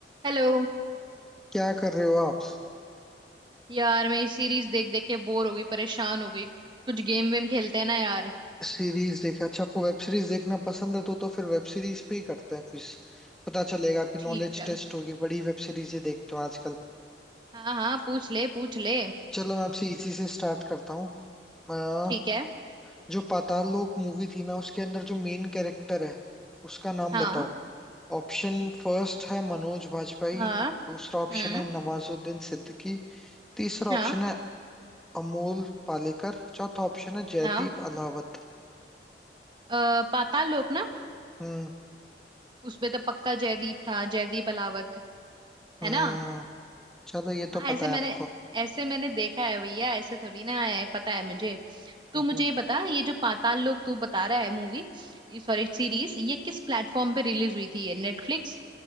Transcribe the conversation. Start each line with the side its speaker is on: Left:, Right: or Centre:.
Right: Hello
Centre: क्या कर रहे हो आप
Right: यार मैं ये सीरीज देख देख के बोर हो गई परेशान हो गई कुछ गेम वेम खेलते हैं ना यार
Centre: सीरीज देखे अच्छा आपको वेब सीरीज देखना पसंद है तो तो फिर वेब सीरीज पे ही करते हैं कुछ पता चलेगा आपकी
Right: ठीक
Centre: नॉलेज
Right: चल
Centre: टेस्ट होगी बड़ी वेब सीरीजें देखते हो आजकल
Right: हाँ हाँ पूछ ले पूछ ले
Centre: चलो मैं आपसे इसी से स्टार्ट करता हूँ अ,
Right: ठीक है
Centre: जो पाताल लोक मूवी थी ना उसके अंदर जो मेन कैरेक्टर है उसका नाम
Right: हाँ
Centre: बताओ ऑप्शन फर्स्ट है मनोज बाजपेयी
Right: हाँ
Centre: दूसरा ऑप्शन
Right: हम्म
Centre: है नवाजुद्दीन सिद्दीकी तीसरा
Right: हाँ
Centre: ऑप्शन है अमोल पालेकर चौथा ऑप्शन है जयदीप
Right: हाँ
Centre: अलावत
Right: अ, पाताल लोक ना
Centre: हम्म
Right: उसमें तो पक्का जयदीप था जयदीप अलावत
Centre: हम्म
Right: है ना
Centre: चलो ये तो
Right: हाँ
Centre: पता
Right: ऐसे
Centre: है
Right: मैंने
Centre: आपको
Right: ऐसे मैंने देखा है भैया ऐसे थोड़ी ना है पता है मुझे तू
Centre: हम्म,
Right: मुझे ये बता ये जो पाताल लोक तू बता रहा है मूवी सॉरी सीरीज ये किस प्लेटफॉर्म पे रिलीज हुई थी ये Netflix